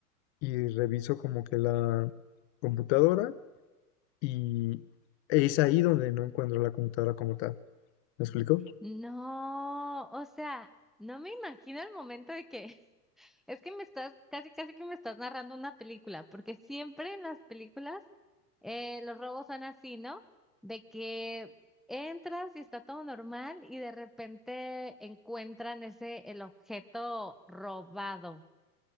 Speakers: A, on the left; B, in the centre.
A: y reviso como que la computadora y es ahí donde no encuentro la computadora como tal. ¿Me explico?
B: No, o sea, no me imagino el momento de que <laughs> es que me estás, casi, casi que me estás narrando una película, porque siempre en las películas eh, los robos son así, ¿no? De que entras y está todo normal y de repente encuentran ese, el objeto robado.